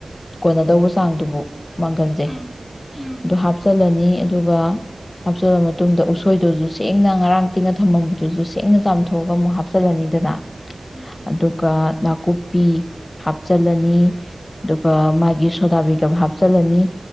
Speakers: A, on the left; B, on the left.
A: ꯀꯣꯟꯅꯗꯧꯕ ꯆꯥꯡꯗꯨꯕꯨ ꯃꯥꯡꯒꯟꯁꯦ
B: ꯎꯝ ꯎꯝ
A: ꯑꯗꯨ ꯍꯥꯞ ꯍꯥꯞꯆꯤꯜꯂꯅꯤ ꯑꯗꯨꯒ ꯍꯥꯞꯆꯤꯜꯂ ꯃꯇꯨꯡꯗ ꯎꯁꯣꯏꯗꯨꯁꯨ ꯁꯦꯡꯅ ꯉꯔꯥꯡ ꯇꯤꯡꯉ ꯊꯝꯃꯝꯕꯗꯨꯁꯨ ꯁꯦꯡꯅ ꯆꯥꯝꯊꯣꯛꯑꯒ ꯑꯃꯨꯛ ꯍꯥꯞꯆꯤꯜꯂꯅꯤꯗꯅ
B: ꯎꯝ
A: ꯑꯗꯨꯒ ꯅꯥꯀꯨꯞ ꯄꯤ ꯍꯥꯞꯆꯤꯜꯂꯅꯤ ꯑꯗꯨꯒ ꯃꯥꯒꯤ ꯁꯣꯗꯥꯕꯩꯒꯞ ꯍꯥꯞꯆꯤꯜꯂꯅꯤ